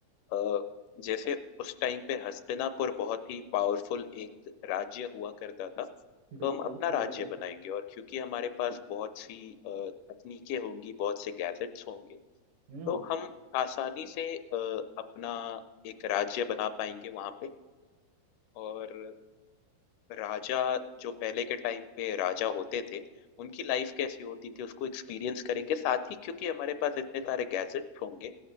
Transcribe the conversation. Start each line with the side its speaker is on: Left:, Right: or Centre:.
Left: अ, जैसे उस टाइम पे हस्तिनापुर बहुत ही पावरफुल एक राज्य हुआ करता था,
Right: बिल्कुल
Left: तो हम अपना
Right: पूरा
Left: राज्य
Right: बिल्कुल
Left: बनाएँगे और क्योंकि हमारे पास बहुत सी अ, तकनीकें होंगी, बहुत से गैजेट्स होंगे,
Right: हम्म
Left: तो हम आसानी से अ, अपना एक राज्य बना पाएँगे वहाँ पे और राजा जो पहले के टाइम पे राजा होते थे उनकी लाइफ कैसी होती थी उसको एक्सपीरियंस करेंगे साथ ही क्योंकि हमारे पास इतने सारे गैजेट्स होंगे